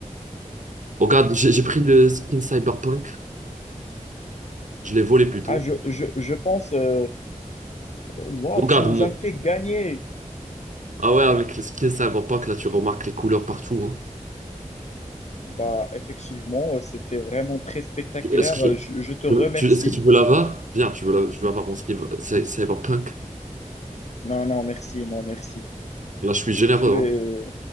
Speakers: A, on the right; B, on the left.
A: Regarde, j'ai j'ai pris le skin cyberpunk, je l'ai volé plutôt.
B: Ah je je je pense euh, waouh,
A: Regarde
B: tu nous
A: mon.
B: as fait gagner.
A: Ah ouais, avec le skin cyberpunk, là, tu remarques les couleurs partout. hein.
B: Bah, effectivement, euh, c'était vraiment très spectaculaire.
A: Tu- Est-ce que,
B: Euh, Je, je te remercie.
A: je- tu, est-ce que tu veux l'avoir? Viens, tu veux, la- je veux avoir mon skin cy- cyberpunk.
B: Non, non, merci, non, merci.
A: Là, je suis généreux.
B: C'est, euh,
A: hein.